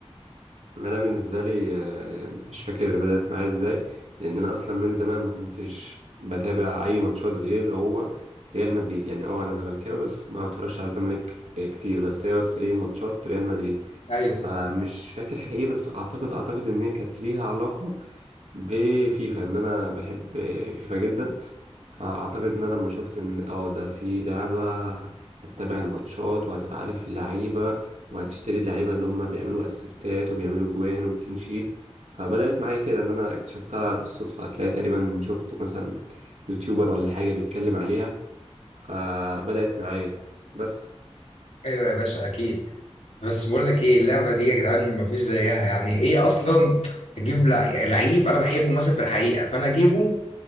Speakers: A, on the right (about 90°); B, on the left (about 80°).
A: إن انا بالنسبه لي آه، مش فاكر بدات معايا ازاي لان انا اصلا من زمان ما كنتش بتابع اي ماتشات غير هو ريال مدريد يعني اه انا زملكاوي بس ما بتفرجش على الزمالك آه، كتير بس هي بس ايه ماتشات ريال مدريد
B: ايوه
A: فمش فاكر حقيقي بس اعتقد اعتقد ان هي كانت ليها علاقه بفيفا ان انا بحب فيفا جدا فاعتقد ان انا لما شفت ان اه ده في لعبه هتتابع الماتشات وهتبقى عارف اللعيبه وهتشتري اللعيبه اللي هم بيعملوا اسيستات وبيعملوا جوان وكلين شيت فبدات معايا كده ان انا اكتشفتها بالصدفه هتلاقي تقريبا شفت مثلا يوتيوبر ولا حاجه بيتكلم عليها فبدات معايا بس
B: ايوه يا باشا اكيد بس بقول لك ايه اللعبه دي يا جدعان مفيش زيها يعني ايه اصلا تجيب لع- يعني لعيب انا بحبه مثلا في الحقيقه فانا اجيبه